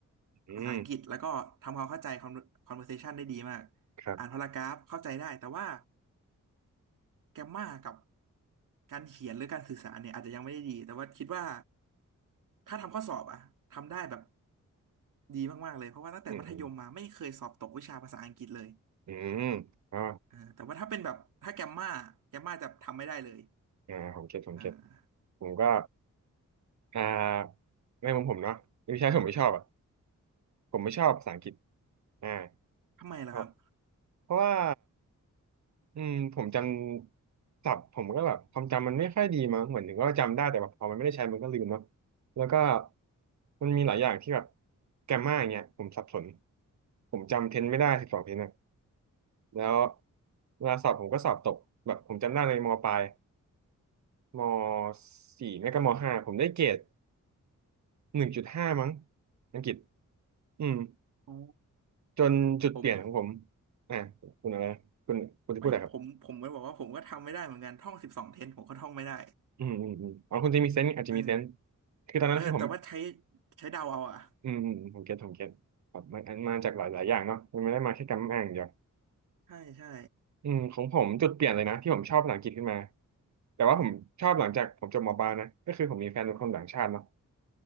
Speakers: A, on the right (about 60°); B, on the right (about 80°).
A: อืม
B: ภาษาอังกฤษแล้วก็ทำความเข้าใจ con- conversation ได้ดีมาก
A: ครับ
B: อ่านพารากราฟเข้าใจได้แต่ว่า แกมมากับการเขียนหรือการสื่อสารเนี่ยอาจจะยังไม่ได้ดีแต่ว่าคิดว่าถ้าทำข้อสอบอะทำได้แบบดีมากๆเลยเพราะว่าตั้งแต่มัธยมมาไม่เคยสอบตกวิชาภาษาอังกฤษเลย
A: อืมอืมอืมอ๋อ
B: อ่าแต่ว่าถ้าเป็นแบบถ้าแกมมาแกมมาจะทำไม่ได้เลย
A: อ่าผมเก็ตผมเก็ต
B: อ่า
A: ผมก็อ่าในมุมผมเนาะไม่ใช่ผมไม่ชอบอ่ะผมไม่ชอบภาษาอังกฤษอ่า
B: ทำไมล่ะครับ
A: เพราะเพราะว่าอืมผมจำศัพท์ผมก็แบบความจำมันไม่ค่อยดีมั้งเหมือนถึงว่าจำได้แต่แบบพอมันไม่ได้ใช้มันก็ลืมเนาะแล้วก็มันมีหลายอย่างที่แบบแกรมม่าอย่างเงี้ยผมสับสนผมจำเทนไม่ได้สิบสองเทน แล้วเวลาสอบผมก็สอบตกแบบผมจำได้ในมปลายมสี่ไม่ก็มห้าผมได้เกรดหนึ่งจุดห้ามั้งอังกฤษอืม
B: โอ้
A: จนจุดเปลี่ยนของผม
B: ผม
A: อ่าคุณอะไรคุณคุณจะพูดอะไรครับ
B: ไม่ผมผมก็บอกว่าผมก็ทำไม่ได้เหมือนกันท่องสิบสองเทนผมก็ท่องไม่ได้
A: อืมอืมอืมอ๋อคุณจะมีเซนส์อาจจะมีเซนส์
B: เออ
A: คือตอนนั้นคือผม
B: เออแต่ว่าใช้ใช้เดาเอาอะ
A: อืมอืมอืมผมเก็ตผมเก็ตครับมันมันมาจากหลายหลายอย่างเนาะมันไม่ได้มาแค่กรรมอ่างอย่างเดียว
B: ใช่ใช่
A: อืมของผมจุดเปลี่ยนเลยนะที่ผมชอบภาษาอังกฤษขึ้นมาแต่ว่าผมชอบหลังจากผมจบมปลายนะก็คือผมมีแฟนเป็นคนต่างชาติเนาะ